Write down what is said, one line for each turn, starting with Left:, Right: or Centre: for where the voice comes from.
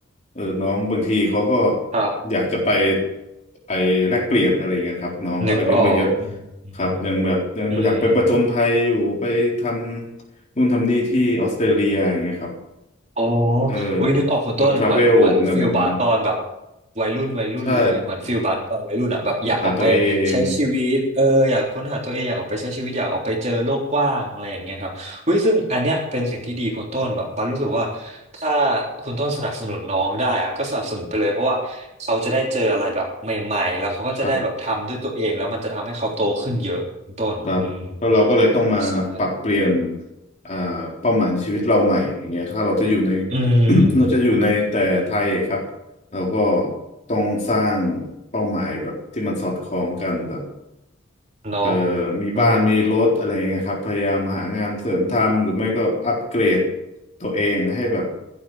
Left: เออน้องบางทีเขาก็
Right: ครับ
Left: อยากจะไปไปแลกเปลี่ยนอะไรเงี้ยครับน้องก็อายุไม่เยอะ
Right: นึกออกอืมอืม
Left: ครับยังแบบยังอยากไปประจนภัยอยู่ไปท
Right: อืม
Left: ำนู่นทำนี่ที่ออสเตรเลียอย่างเงี้ยครับ
Right: โอ้
Left: เออทราเวลแนวๆนั้น
Right: อุ้ยนึกออกคุณต้นเหมือนเหมือนฟิลบาสตอนแบบวัยรุ่นวัยรุ่นเลยเหมือนฟิลบาสตอนวัยรุ่นอะแบบอยากออกไปใช้ชีวิตเอออยากค้นหาตัวเองอยากออกไปใช้ชีวิตอยากออกไปเจอโลกกว้างอะไรอย่างเงี้ยครับอุ้ยซึ่งอันเนี้ยเป็นสิ่งที่ดีคุณต้นแบบบัสรู้สึกว่า
Left: ใช่ค้นหาตัวเอง
Right: ถ้าคุณต้นสนับสนุนน้องได้อะก็สนับสนุนไปเลยเพราะว่าเขาจะได้เจออะไรแบบใหม่ๆแล้วเขาก็จะได้แบบทำด้วยตัวเองแล้วมันจะทำให้เขาโตขึ้นเยอะคุณต้น
Left: ครับ ครับแล้วเราก็เลยต้องมาปรับเปลี่ยน
Right: อืมใช่
Left: อ่าเป้าหมายในชีวิตเราใหม่อย่างเงี้ยถ้าเราจะอยู่ใน
Right: อืม
Left: <clears throat> <coughs> เราจะอยู่ในแต่ไทยอะครับเราก็ต้องสร้างเป้าหมายแบบที่มันสอดคล้องกันแบบ
Right: เนาะ
Left: เอ่อมีบ้านมีรถอะไรเงี้ยครับพยายามหางานเสริมทำหรือไม่ก็อัปเกรด
Right: เออ
Left: ตัวเองให้แบบ